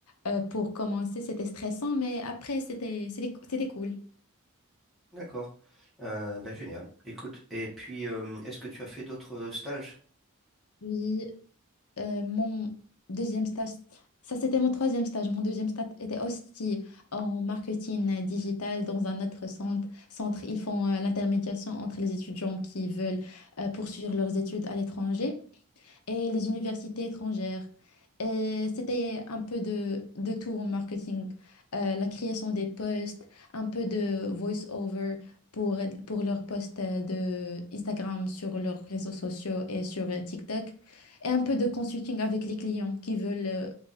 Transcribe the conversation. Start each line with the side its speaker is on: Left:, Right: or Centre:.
Left: euh, pour commencer, c'était stressant, mais après, c'était, c'était, c'était cool.
Centre: D'accord. Euh, ben, génial. Écoute, et puis, euh, est-ce que tu as fait d'autres euh, stages?
Left: Oui, Euh, mon deuxième stage, ça c'était mon troisième stage. Mon deuxième stage était aussi en marketing digital dans un autre centre. Centre, ils font euh, l'intermédiation entre les étudiants qui veulent euh, poursuivre leurs études à l'étranger et les universités étrangères. Et c'était un peu de, de tout en marketing, Euh, la création des posts, un peu de voice-over pour, pour leurs posts euh, de Instagram sur leurs réseaux sociaux et sur euh, TikTok, et un peu de consulting avec les clients qui veulent, euh,